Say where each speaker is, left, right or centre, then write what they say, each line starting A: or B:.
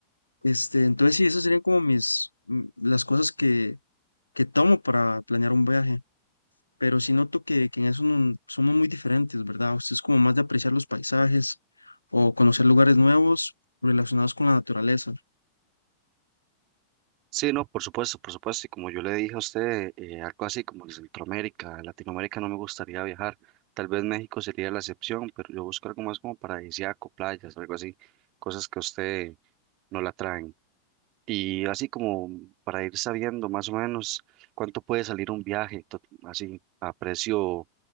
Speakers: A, on the left (about 85°); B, on the right (about 40°).
A: Este, entonces sí, esas serían como mis, mm, las cosas que, que tomo para planear un viaje. Pero sí noto que, que en eso no- somos muy diferentes, ¿verdad? Usted es como más de apreciar los paisajes o conocer lugares nuevos relacionados con la naturaleza.
B: Sí, no, por supuesto, por supuesto. Y como yo le dije a usted, eh, algo así como de Centroamérica, Latinoamérica no me gustaría viajar. Tal vez México sería la excepción, pero yo busco algo más como paradisíaco, playas, algo así, cosas que a usted no la traen. Y así como para ir sabiendo más o menos cuánto puede salir un viaje, to- así a precio